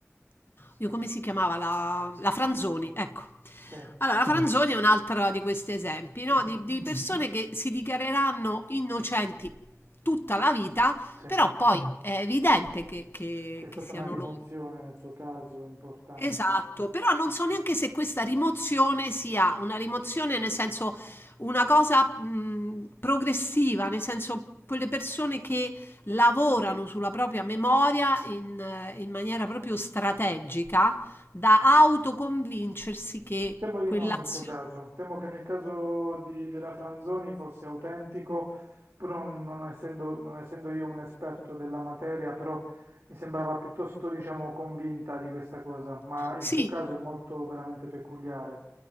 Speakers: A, on the left (about 45°); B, on the right (about 60°).
A: Dio, come si chiamava? La, la Franzoni, ecco.
B: Sì,
A: Allora, la Franzoni è un altro di questi esempi, no?
B: mhm,
A: Di, di persone che si dichiareranno innocenti tutta la vita,
B: Sì.
A: però poi è evidente che, che-
B: C'è stata
A: che siano
B: una rimozione
A: loro
B: nel suo caso importante,
A: Esatto,
B: ecco.
A: però non so neanche se questa rimozione sia una rimozione nel senso una cosa mh, progressiva, nel senso quelle persone che lavorano sulla propria memoria in, eh, in maniera proprio strategica da autoconvincersi che
B: Temo di
A: quell'azione...
B: no nel suo caso, temo che nel caso di- della Franzoni fosse autentico, però non essendo, non essendo io un esperto della materia, però mi sembrava piuttosto, diciamo, convinta di questa cosa, ma il
A: Sì,
B: suo caso è molto veramente peculiare.